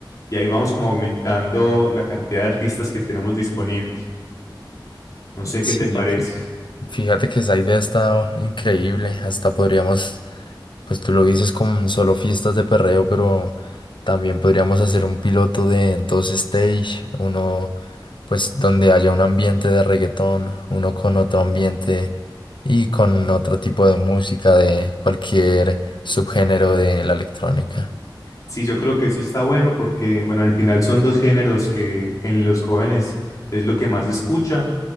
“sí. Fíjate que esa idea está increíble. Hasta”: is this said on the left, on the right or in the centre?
Left